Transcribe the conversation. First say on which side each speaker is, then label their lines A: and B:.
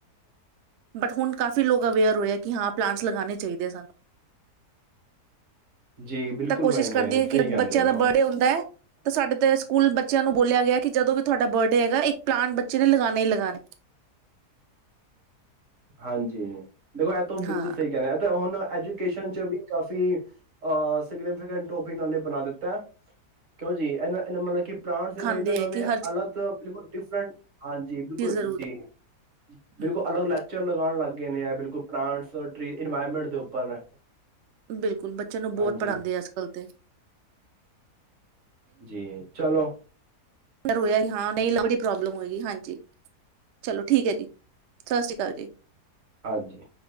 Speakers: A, on the right; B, on the right.
A: ਬਟ ਹੁਣ ਕਾਫ਼ੀ ਲੋਕ ਅਵੇਅਰ ਹੋਏ ਆ। ਕਿ ਹਾਂ ਪਲਾਂਟਸ ਲਗਾਉਣੇ ਚਾਹੀਦੇ ਆ ਸਾਨੂੰ
B: ਜੀ ਬਿਲਕੁਲ
A: ਤਾਂ ਕੋਸ਼ਿਸ਼
B: ਹੋਏ ਨੇ
A: ਕਰਦੇ ਏ ਕਿ
B: ਸਹੀ ਕਹਿੰਦੇ
A: ਬੱਚਿਆਂ
B: ਪਏ
A: ਦਾ
B: ਓ।
A: ਬਰਡੇ ਹੁੰਦਾ ਹੈ। ਤਾਂ ਸਾਡੇ ਤੇ ਸਕੂਲ ਬੱਚਿਆਂ ਨੂੰ ਬੋਲਿਆ ਗਿਆ। ਕਿ ਜਦੋਂ ਵੀ ਤੁਹਾਡਾ ਬਰਡੇ ਹੈਗਾ ਇੱਕ ਪਲਾਂਟ ਬੱਚੇ ਨੇ ਲਗਾਉਣਾ ਹੀ ਲਗਾਉਣਾ।
B: ਹਾਂਜੀ ਦੇਖੋ ਇਹ ਤਾਂ ਉਹ ਬਿਲਕੁਲ
A: ਹਾਂ
B: ਸਹੀ ਕਹਿੰਦੇ ਇਹ ਤਾਂ ਹੁਣ ਐਜੂਕੇਸ਼ਨ 'ਚ ਵੀ ਕਾਫੀ ਅ ਸਿਗਨੀਫਿਕੈਂਟ ਟੋਪਿਕ ਇਨ੍ਹਾਂ ਨੇ ਬਣਾ ਦਿੱਤਾ। ਕਿਉਂ ਜੀ, ਇਹਨਾਂ ਇਹਨਾਂ ਮਤਲਬ ਕਿ ਪਲਾਂਟਸ ਦੇ
A: ਖਾਂਦੇ
B: ਲਈ ਤਾਂ ਇਨ੍ਹਾਂ
A: ਹੈ
B: ਨੇ
A: ਕਿ ਹਰ
B: ਅਲੱਗ ਤੋਂ ਬਿਲਕੁਲ ਡਿਫਰੈਂਟ ਹਾਂਜੀ।
A: ਚੀਜ਼
B: ਬਿਲਕੁਲ
A: ਜ਼ਰੂਰੀ
B: ਜੀ, ਬਿਲਕੁਲ
A: ਹੂੰ
B: ਅਲੱਗ ਲਾਲ ਲਗਾਣ ਲੱਗ ਗਏ ਨੇ, ਏ ਬਿਲਕੁਲ ਪਲਾਂਟਸਰ ਟ੍ਰੀ ਇਨਵਾਇਰਮੈਂਟ ਦੇ ਉੱਪਰ
A: ਬਿਲਕੁਲ ਬੱਚਿਆਂ ਨੂੰ ਬਹੁਤ
B: ਹਾਂਜੀ,
A: ਪੜਾਉਂਦੇ ਆ ਅੱਜ ਕੱਲ੍ਹ ਤੇ
B: ਜੀ ਚਲੋ।
A: ਰੋਇਆ ਨਹੀ ਹਾਂ ਨਹੀਂ ਬੜੀ ਪ੍ਰੋਬਲਮ ਹੋਏਗੀ। ਹਾਂਜੀ ਚਲੋ ਠੀਕ ਹੈ। ਜੀ ਸਤਿ ਸ਼੍ਰੀ ਅਕਾਲ ਜੀ।
B: ਹਾਂਜੀ,